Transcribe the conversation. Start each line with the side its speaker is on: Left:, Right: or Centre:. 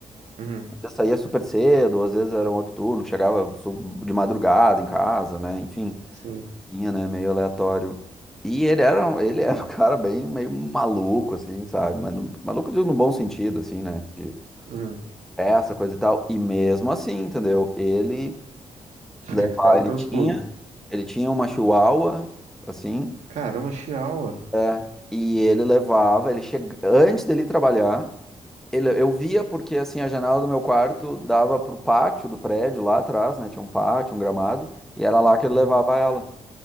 Right: uhum,
Centre: vezes saía super cedo, ou às vezes era um outro turno, que chegava su- de madrugada em casa, né? Enfim.
Right: sim.
Centre: tinha, né? Meio aleatório. E ele era, um- ele era um <laughs> cara bem meio maluco, assim, sabe? Mas no- maluco no bom sentido, assim, né? De
Right: Uhum.
Centre: festa, coisa e tal. E mesmo assim, entendeu? Ele
Right: Tinha
Centre: levava,
Right: que dar os
Centre: ele
Right: teus
Centre: tinha,
Right: pulos.
Centre: ele tinha uma chihuahua, assim,
Right: Caramba, Chihuahua.
Centre: é, e ele levava, ele chega, antes dele trabalhar, ele, eu via porque, assim, a janela do meu quarto dava pro pátio do prédio lá atrás, né? Tinha um pátio, um gramado, e era lá que ele
Right: Uhum,
Centre: levava ela.